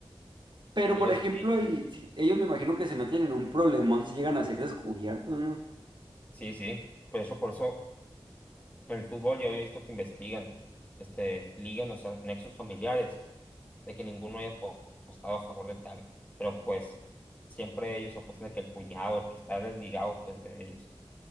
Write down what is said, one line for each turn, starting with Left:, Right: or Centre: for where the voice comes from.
Right: Pero,
Left: Ellos
Right: por ejemplo,
Left: sí,
Right: ahí, sí, ellos me imagino que se meten en un problemón si llegan a ser descubiertos, ¿no?
Left: sí, sí. Por eso, por eso, en el fútbol yo he visto que investigan, este, ligan los nexos familiares, de que ninguno haya apo- apostado a favor de tal. Pero pues, siempre ellos apuestan de que el cuñado, el que está desligado, pues, de ellos.